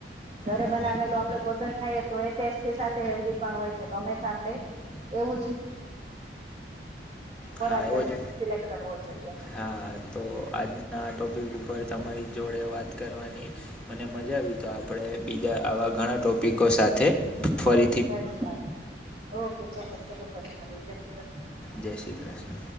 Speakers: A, on the right (about 35°); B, in the centre.
A: ઘરે
B: હમ
A: બનાવેલું આપડે ભોજન ખાઇએ તો એ ટેસ્ટી સાથે હેલ્ધી પણ હોય છે તો હંમેશા આપણે એવું જ
B: હા
A: ખોરાક
B: એવો જ
A: સિલેક્ટ કરવો જોઈએ
B: હા તો આજના ટોપિક ઉપર તમારી જોડે વાત કરવાની મને મજા આવી તો આપણે બીજા આવા ઘણા ટોપિકો સાથે ફરી
A: ફરી મળીએ ઓકે ચલો ચલો ફરી મળીએ જે શ્રી કૃષ્ણ
B: જે શ્રી કૃષ્ણ